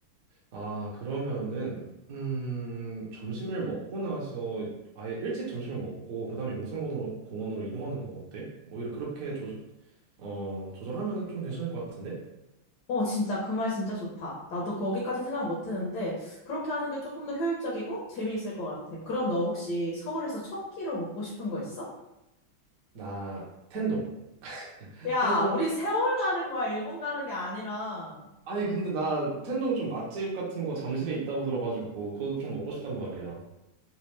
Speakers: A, on the right (about 55°); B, on the left (about 60°).
A: 아, 그러면은 음, 점심을 먹고 나서 아예 일찍 점심을 먹고 그다음에 용산공원으로 공원으로 이동하는 거 어때? 오히려 그렇게 조, 어, 조절하면은 좀 괜찮을 것 같은데?
B: 어, 진짜, 그 말 진짜 좋다. 나도 거기까진 생각 못 했는데, 그렇게 하는 게 조금 더 효율적이고 재미있을 것 같아. 그럼 너 혹시 서울에서 첫 끼로 먹고 싶은 거 있어?
A: 나 텐동.
B: 야,
A: 텐동
B: 우리 세월 가는 거야, 일본 가는 게 아니라.
A: 아니 근데 나 텐동 좀 맛집 같은 거 잠실에 있다고 들어가지고 그거 좀 먹고 싶단 말이야.